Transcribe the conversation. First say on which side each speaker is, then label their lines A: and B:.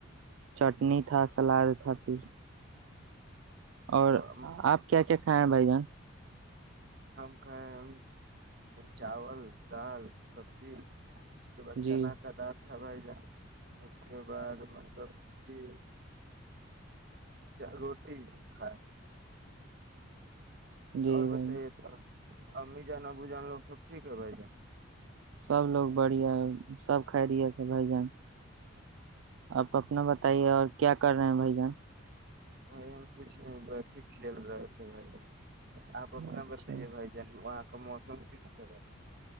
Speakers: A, on the right (about 70°); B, on the right (about 45°).
A: چٹنی تھا سلاد تھا پھر
B: جان
A: اور آپ کیا کیا ہاں بھ جان
B: ہم کھیں ہم چاول دال سبزی اس کے بعد
A: جی
B: چنا کا دال تھا بھائی جان اس کے بعد مطلب کہ روٹی کائے
A: جی
B: اور
A: بھائی
B: بتائیے
A: جان
B: تو امیی جان ابو جان لوگ سب ٹھیک ہے ب ج
A: سب لوگ بڑیا سب کائی رہیے س بھجن آپ اپنا بتائیے اور کیا کر رہے ہیں بھائی جان
B: بھائی ہم کچھ نہیں بٹ کھیل رہے تھے بھائی آپ اپنا
A: اچھا
B: بتائیے بھائی جان وہاں کا تو موسم کس طرح